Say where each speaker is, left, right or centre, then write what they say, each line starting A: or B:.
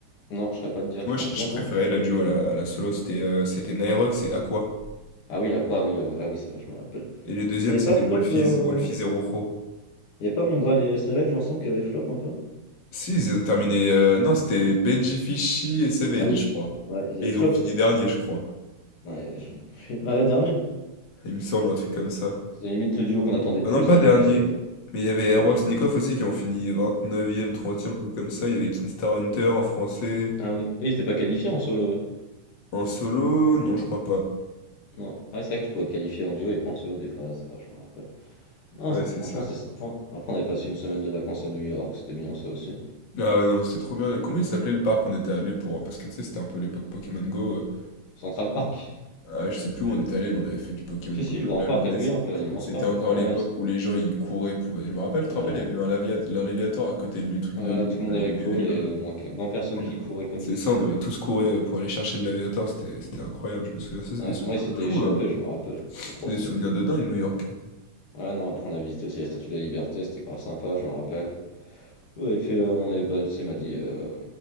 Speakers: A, on the left; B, on the left.
A: Non, je serais pas de dire,
B: Parce que
A: tu
B: moi,
A: t'en
B: je,
A: souviens
B: je préférais
A: toi?
B: la duo à la, à la solo. C'était euh, c'était Naerox et Aqua.
A: Ah oui, à quoi? Ah oui, ah, ouais, ah oui, c'est vrai, je me rappelle.
B: Et les deuxièmes,
A: Ils avaient
B: c'était
A: pas flop.
B: Wolfies,
A: Euh...
B: Wolfies et Rojo.
A: Il y a pas Mongral et Savage ensemble qui avaient flop un peu?
B: Si, ils ont terminé. euh, non, c'était Benji Fishy et Savage,
A: Ah oui,
B: je crois.
A: ouais, ils
B: Et
A: avaient
B: ils
A: flop
B: ont fini
A: eux.
B: dernier, je crois.
A: Ouais, je- <laughs> ah ouais, dernier.
B: Il me semble, un truc comme ça.
A: C'est limite le duo qu'on attendait le
B: Non,
A: plus,
B: non, pas
A: hein,
B: dernier.
A: le plus hype.
B: Mais il y avait
A: Bon.
B: Airwax Nikoff aussi qui ont fini vingt-neuvième, trentième, un truc comme ça. Il y avait Kinstar Hunter en français.
A: Ah oui, Et ils s'étaient pas qualifiés en solo.
B: En solo? Non, je crois pas.
A: Non. Ah, c'est vrai que tu pouvais te qualifier en duo et pas en solo des fois, ouais, c'est vrai, je me rappelle. Non,
B: Ouais,
A: c'était
B: c'est
A: franchement
B: ça.
A: c'était sympa. Après on avait passé une semaine de vacances à New York, c'était bien ça aussi.
B: Ah ouais, non, c'était trop bien. Comment il s'appelait le parc où on était allé pour... Parce que tu sais, c'était un peu l'époque Pokémon Go. euh.
A: Central Park.
B: Ah, je sais plus où on était allé, mais on avait fait du Pokémon
A: Si
B: Go
A: si,
B: toute
A: le grand
B: la
A: parc
B: journée.
A: à New
B: C'était
A: York, là, l'immense
B: c'était
A: parc.
B: encore
A: Ouais,
B: l'époque
A: ouais, c'est-
B: où les gens, ils couraient pour... Je me rappelle, tu
A: ouais.
B: te rappelles, il y avait eu un, lavia- un Léviator à côté du truc
A: Ouais,
B: de l'eau,
A: tout le
B: là,
A: monde
B: où
A: avait
B: il
A: couru,
B: y avait de
A: il
B: l'eau,
A: y avait
B: là.
A: au moins 20 personnes
B: On-
A: qui couraient comme
B: C'est
A: des fous.
B: ça, on avait tous couru pour aller chercher le Léviator. C'était c'était incroyable, je me souviens. Ça, c'est
A: Ouais,
B: des souvenirs
A: moi il s'était
B: de fou.
A: échappé,
B: euh.
A: je me rappelle,
B: C'est
A: j'avais trop le
B: des
A: seum.
B: souvenirs de dingue, New York.
A: Ouais non, après on a visité aussi la Statue de la Liberté, c'était grave sympa, je me rappelle. On avait fait, euh, on avait, bah, tu sais, il m'a dit, euh,